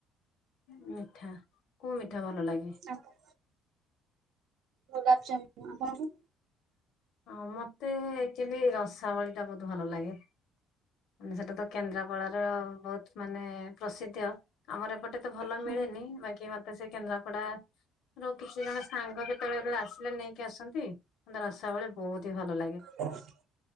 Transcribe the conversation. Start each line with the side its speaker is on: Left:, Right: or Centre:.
Left: ମିଠା କୋଉ ମିଠା ଭଲ ଲାଗେ?
Right: ସାଧା। ଗୁଲାବଜାମୁ ଆପଣଙ୍କୁ <unintelligible>
Left: ହଁ ମତେ ଆକଚୁଲି ରସାବଳି ଟା ବୋହୁତୁ ଭଲ ଲାଗେ। ଉଁ ସେଟା ତ କେନ୍ଦ୍ରାପଡାର ବହୁତ ମାନେ ପ୍ରସିଧ୍ୟ ଆମର ଏପଟେ ଭଲ
Right: ହୁଁ।
Left: ମିଳେନି ବାକି ମ ତ ସେ କେନ୍ଦ୍ରାପଡା ର କିଛି ଜଣ ସାଙ୍ଗ ଯେତେବେଳେ ଯେତେବେଳେ ଆସିଲେ ନେଇକି ଆସନ୍ତି ଧର ରସାବଳି ବୋହୁତ ହି ଭଲ ଲାଗେ।
Right: <inaudible>